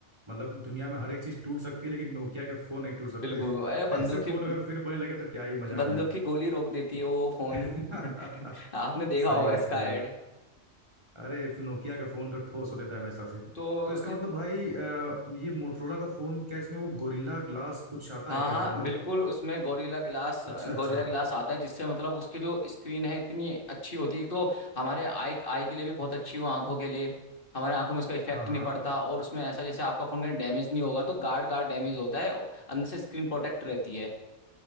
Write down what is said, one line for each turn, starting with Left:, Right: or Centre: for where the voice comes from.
Right: मतलब दुनिया में हर एक चीज टूट सकती है लेकिन नोकिया के फोन नहीं टूट सकते
Left: बिल्कुल अरे
Right: <laughs>
Left: बंदूक
Right: ऐसे फोन
Left: की
Right: अगर फिर बनने लगे तो क्या ही मजा
Left: बंदूक
Right: आ जाए
Left: की गोली रोक देती है वो फोन
Right: <laughs>
Left: <laughs> आपने देखा
Right: सही
Left: होगा
Right: बात
Left: इसका
Right: सही
Left: ऐड
Right: बात अरे नोकिया के फोन तो ठोस होते थे हमेशा से
Left: तो
Right: तो इसका
Left: जित
Right: मतलब भाई अ, ये मोटरोला का फोन क्या इसमें वो गोरिल्ला ग्लास कुछ आता
Left: हाँ
Right: है
Left: हाँ
Right: क्या मतलब
Left: बिल्कुल उसमें गोरिल्ला ग्लास
Right: अच्छा अच्छा
Left: गोरिल्ला ग्लास आता है जिससे मतलब उसकी जो स्क्रीन है इतनी अच्छी होती है तो हमारे आई आई के लिए भी बहुत अच्छी हो आंखों के लिए हमारे आंखों में उसका इफेक्ट
Right: हाँ हाँ
Left: नहीं पड़ता और उसमें ऐसा जैसे आपका फोन कहीं डैमेज नहीं होगा तो गार्ड गार्ड डैमेज होता है अंदर से स्क्रीन प्रोटेक्ट रहती है